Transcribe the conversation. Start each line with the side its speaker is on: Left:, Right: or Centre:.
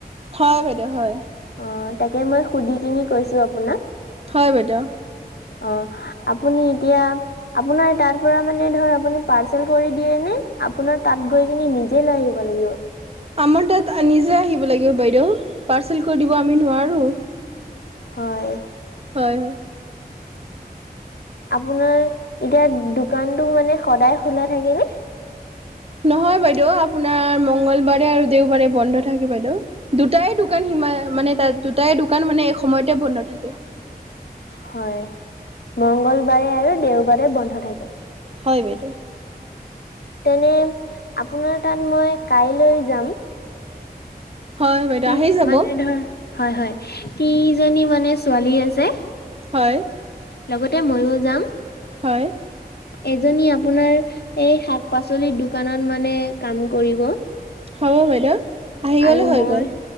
Right: হয় বাইদেউ হয়।
Left: অ তাকে মই সুধি কিনি কৈছো আপোনাক।
Right: হয় বাইদেউ।
Left: অ আপুনি এতিয়া আপোনাৰ তাৰ পৰা মানে ধৰ আপুনি পাৰ্চেল কৰি দিয়ে নে আপোনাৰ তাত গৈ কিন নিজে লৈ আহিব লাগিব।
Right: আমাৰ তাত নিজে আহিব লাগিব বাইদেউ, পাৰ্চেল কৰি দিব আমি নোৱাৰো।
Left: হয়।
Right: হয় হয়।
Left: আপোনাৰ এতিয়া দোকানটো মানে সদায় খোলা থাকে নে?
Right: নহয় বাইদেউ আপোনাৰ মংগলবাৰে আৰু দেওবাৰে বন্ধ থাকে বাইদেউ। দুটাই দোকান সিমা মানে তাত দুটাই দোকান মানে এসময়তে বন্ধ থাকে।
Left: হয়, মংগলবাৰে আৰু দেওবাৰে বন্ধ থাকে।
Right: হয় বাইদেউ।
Left: তেনে আপোনাৰ তাত মই কাইলৈ যাম।
Right: হয় বাইদেউ
Left: তি
Right: আহি যাব
Left: মানে ধৰ হয় হয়। তিনিজনী মানে ছোৱালী আছে।
Right: হয়।
Left: লগতে ময়ো যাম।
Right: হয়।
Left: এজনী আপোনাৰ এই শাক পাচলিৰ দোকানত মানে কাম কৰিব।
Right: হ'ব বাইদেউ। আহি গ'লে
Left: আৰু
Right: হৈ
Left: মই
Right: গ'ল।